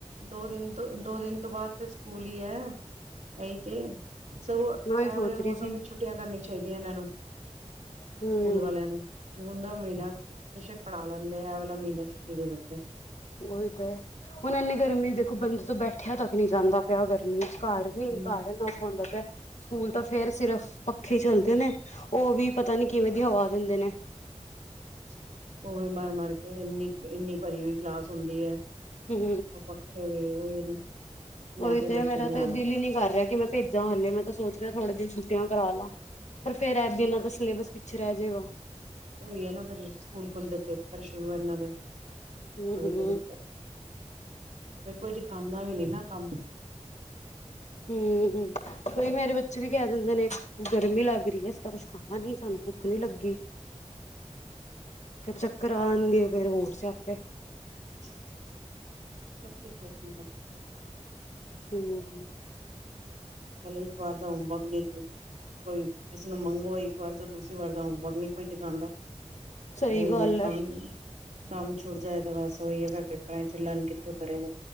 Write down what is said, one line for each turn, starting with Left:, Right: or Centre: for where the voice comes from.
Right: ਦੋ ਦਿਨ ਤੋਂ ਦੋ ਦਿਨ ਤੋਂ ਬਾਅਦ ਤੇ ਸਕੂਲ ਹੀ ਹੈ ਇਹੀ ਤੇ ਸਗੋਂ
Left: ਮੈਂ ਉਹੀ ਸੋਚ
Right: ਐਵਰੇਜ ਮੌਸਮ
Left: ਰਹੀ ਸੀ
Right: ਵਿੱਚ ਛੁੱਟੀਆਂ ਕਰਨੀੀਆਂ ਚਾਹੀਦੀਆਂ ਇਹਨਾਂ ਨੂੰ
Left: ਹੂੰ
Right: ਸਕੂਲ ਵਾਲਿਆਂ ਨੂੰ ਜੂਨ ਦਾ ਮਹੀਨਾ ਬੇਸ਼ੱਕ ਪੜਾ ਲੈਂਦੇ ਇਹ ਵਾਲਾ ਮਹੀਨਾ ਛੁੱਟੀ ਦੇ ਦਿੰਦੇ
Left: ਉਹੀ ਤਾਂ ਹੈ ਹੁਣ ਇੰਨੀ ਗਰਮੀ ਦੇਖੋ ਬੰਦੇ ਤੋਂ ਬੈਠਿਆ ਤੱਕ ਨਹੀਂੀ ਜਾਂਦਾ ਪਿਆ ਗਰਮੀ ਘਰ ਨੀ
Right: ਹਮ
Left: ਘਰਨਾ ਔਖ ਹੁੰਦਾ ਪਿਆ ਸਕੂਲ ਤਾਂ ਫੇਿਰ ਸਿਰਫ ਪੱਖੇ ਚੱਲਦੇ ਨੇ ਉਹ ਵੀ ਪਤਾ ਨੀ ਕਿਵੇਂ ਦੀ ਹਵਾ ਦਿੰਦੇ ਨੇ
Right: <unintelligible> ਉਹ ਵੀ ਮਰ ਮਰ ਕੇ ਇੰਨੀ ਇੰਨੀ ਭਰੀ ਹੋਈ ਕਲਾਸ ਹੁੰਦੀ ਹੈ
Left: ਹਮ
Right: ਉਹ ਪੱਖੇ ਵੀ ਉਹੀ ਨਾ ਨਾ
Left: ਉਹੀ
Right: ਆਪੇ
Left: ਤੇ
Right: ਬੱਚਿਆਂ
Left: ਮੇਰਾ
Right: ਦੀ
Left: ਤੇ
Right: ਹਾਲਤ
Left: ਦਿਲ ਹੀ ਨਹੀਂੀ ਕਰ ਰਿਹਾ ਕਿ ਮੈਂ ਭੇਜਾਂ ੇ ਮੈਂ ਤਾਂ ਸੋਚ ਥੋੜੇ ਜ ਛੱਟਆਂ ਕਰਾ ਲਾ ਪਰ ਫੇਿਰ ਇਹ ਵੀ ਇਹਨਾਂ ਦਾ ਸਿਲੇਬਸ ਪਿੱਛੇ ਰਹਿ ਜਾਏਗਾ
Right: ਉਈ ਹੈ ਨਾ ਫਿਰ ਸਕੂਲ ਖੁੱਲਦੇ ਪੇਪਰ ਸ਼ੁਰੂ ਹੈ ਇਹਨਾਂ ਦੇ ਇਹ
Left: ਹੂੰ
Right: ਵੀ ਤਰੀ ਮੈਂ ਕੁੱਝ ਖਾਂਦਾ ਵੀ ਨੀ ਨਾ ਕੰਮ
Left: ਹਮ ਕੋਈ ਮੇਰੇ ਬੱਚੇ ਵੀ ਕਹਿ ਦਿੰਦੇ ਨੇ ਗਰਮੀ ਲੱਗ ਰਹੀ ਹੈ ਇਸ ਤਾਂ ਕੁੱਛ ਖਾਣਾ ਨੀ ਸਾਨੂੰ ਭੁੱਖ ਨੀ ਲੱਗੀ ਫਿਰ ਚੱਕਰ ਆਉਣਗੇ ਫਿਰ ਹੋਰ ਸ ਆਪੇ
Right: <unintelligible> ਦੇਖਣਾ ਪੈਂਦਾ
Left: ਹਮ ਹਮ।
Right: ਕੱਲ ਇੱਕ ਵਾਰ ਦਾ ਹਮਬਕ ਕੋਈ ਕਿਸੇ ਨੂੰ ਮੰਗੋ ਇੱਕ ਵਾਰ ਤਾਂ ਦੂਸਰੀ ਵਾਰ ਹੋਮਵਰਕ ਨਹੀਂ ਕੋਈ ਦਿਖਾਉਦਾ।
Left: ਸਹੀ
Right: ਉਹੀ
Left: ਗੱਲ
Right: ਹੈ ਕੰਮ ਕੰਮ ਛੁੱਟ ਜਾਏ ਤੇ ਬਸ ਉਹੀ ਹੈ ਫਿਰਿਰ ਆਪ ਚ ਲਰਨ ਕਿੱਥੋਂ ਕਰੇ